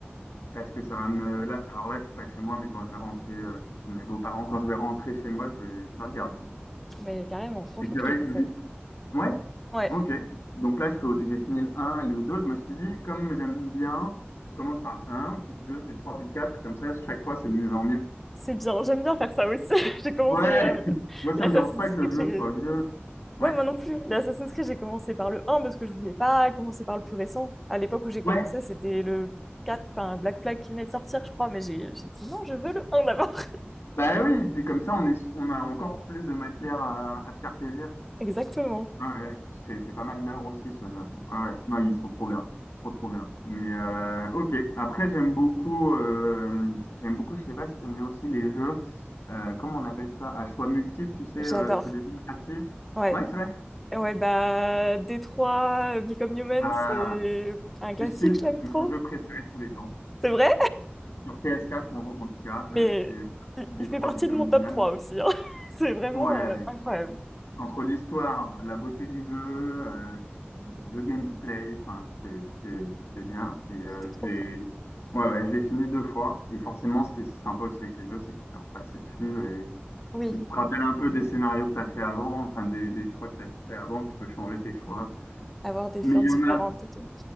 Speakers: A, on the left; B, in the centre.
A: Parce que ça va me. Là, alors là, je suis pas chez moi, mais quand je vais rentrer, euh, je suis chez mes beaux-parents. Quand je vais rentrer chez moi, je vais, je vais regarder.
B: Mais carrément, franchement,
A: Et c'est
B: je
A: vrai
B: te conseille.
A: que je lui. Ouais?
B: Ouais,
A: Ok. Donc là, je fais au- j'ai fini le un et le 2 Je me suis dit, comme j'aime bien, je commence par le 1, puis le 2, puis le 3, puis le 4. Comme ça, chaque fois, c'est de mieux en mieux.
B: c'est bien. J'aime bien faire ça aussi. <laughs> J'ai commencé
A: Ouais!
B: euh,
A: <laughs> Moi, ça
B: l'Assassin's
A: me dérange pas que
B: Creed,
A: le jeu
B: j'ai
A: soit vieux. Ouais.
B: Ouais, moi non plus. L'Assassin's Creed, j'ai commencé par le un parce que je voulais pas commencer par le plus récent. À l'époque où j'ai
A: Ouais.
B: commencé, c'était le 4 enfin Black Flag qui venait de sortir, je crois, mais j'ai j'ai dit non, je veux le un d'abord.
A: Bah oui, et puis comme ça, on est, on a encore plus de matière à à se faire plaisir.
B: <laughs> Exactement.
A: Ouais, ouais, c'est c'est pas mal d'heures aussi ce jeu. Ouais, ouais. Non, ils sont trop bien. Trop, trop bien. Mais euh, ok. Après, j'aime beaucoup, euh, j'aime beaucoup, je sais pas si t'aimes bien aussi les jeux, euh, comment on appelle ça? À choix multiples, tu sais,
B: J'adore.
A: euh, c'est des jeux narratifs.
B: Ouais.
A: Ouais, c'est vrai.
B: Ouais, bah, Détroit, Become Human,
A: Ah,
B: c'est un classique,
A: tu cites
B: je l'aime
A: mon
B: trop.
A: jeu préféré de tous les temps.
B: C'est vrai,
A: Sur PS4, en, en tout cas,
B: mais
A: euh, c'est
B: il
A: Detroit
B: il fait partie
A: Become
B: de mon top
A: Human.
B: 3 aussi. hein. <laughs> C'est vraiment
A: Ouais,
B: euh, incroyable.
A: entre l'histoire, la beauté du jeu, euh, le gameplay, enfin, tout est, tout est, tout est bien. Et euh,
B: Tout est trop
A: je l'ai
B: bien.
A: ouais, ouais, je l'ai fini deux fois. Et forcément, ce qui est sympa aussi avec ces jeux, c'est que tu peux repasser dessus. Et
B: Oui,
A: si tu te rappelles un peu des scénarios que tu as fait avant, enfin, des, des choix que tu as fait avant, tu peux changer tes choix.
B: avoir des
A: Mais
B: fins
A: il y
B: différentes
A: en a,
B: et tout.